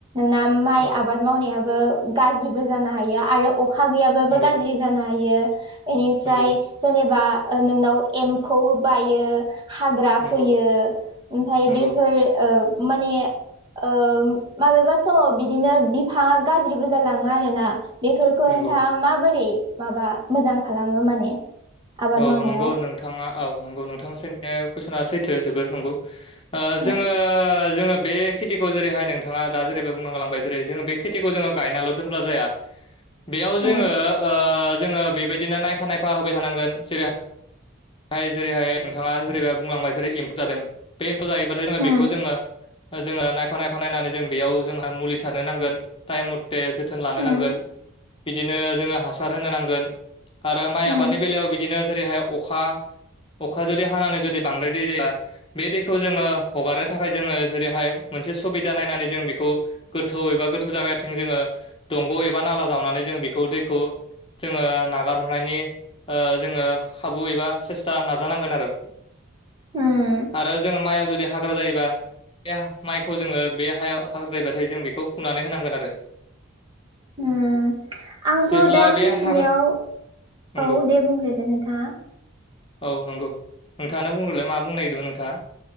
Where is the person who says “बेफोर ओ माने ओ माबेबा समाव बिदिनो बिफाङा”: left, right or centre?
Right